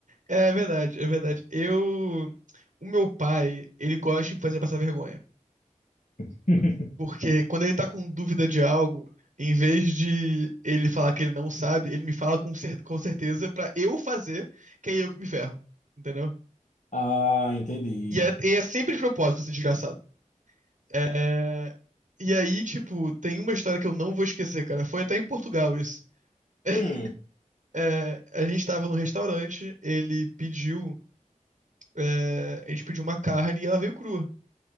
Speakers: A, on the right (about 65°); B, on the left (about 65°).
A: é verdade, é verdade. Eu. O meu pai, ele gosta de me fazer passar vergonha.
B: <laughs>
A: Porque quando ele tá com dúvida de algo, em vez de ele falar que ele não sabe, ele me fala com, cer com certeza pra eu fazer, que é eu que me ferro. Entendeu?
B: Ah, entendi.
A: E é, e é sempre de propósito esse desgraçado. É... E aí, tipo, tem uma história que eu não vou esquecer, cara. Foi até em Portugal isso. <laughs>
B: Hum,
A: É, a gente tava num restaurante, ele pediu. é, a gente pediu uma carne e ela veio crua.